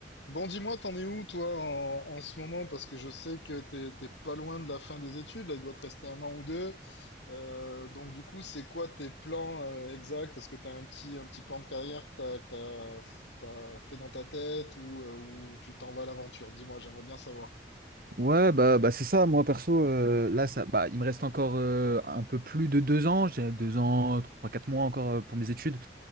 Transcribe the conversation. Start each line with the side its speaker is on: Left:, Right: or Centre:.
Left: Bon, dis-moi, t'en es où, toi, en, en ce moment? Parce que je sais que t'es t'es pas loin de la fin des études, là, il doit te rester un an ou deux. Euh, donc, du coup, c'est quoi tes plans euh, exacts? Est-ce que t'as un petit, un petit plan de carrière que t'as, que t'as, t'as fait dans ta tête ou, euh, ou tu t'en vas à l'aventure? Dis-moi, j'aimerais bien savoir.
Right: Ouais, bah, bah c'est ça, moi perso, euh, là, ça, bah, il me reste encore euh, un peu plus de deux ans, j'ai deux ans, trois, quatre mois encore euh, pour mes études.